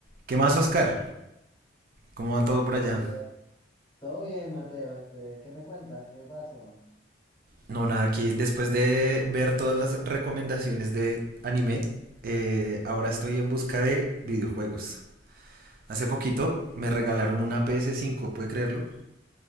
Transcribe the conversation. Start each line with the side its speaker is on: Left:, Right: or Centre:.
Right: ¿Qué más, Oscar? ¿Cómo va todo por allá?
Left: Eh, todo bien, Mateo, este, ¿qué me cuentas? ¿Qué pasó?
Right: No, nada, aquí después de ver todas las recomendaciones de anime, eh, ahora estoy en busca de videojuegos. Hace poquito me regalaron una PS5, ¿puede creerlo?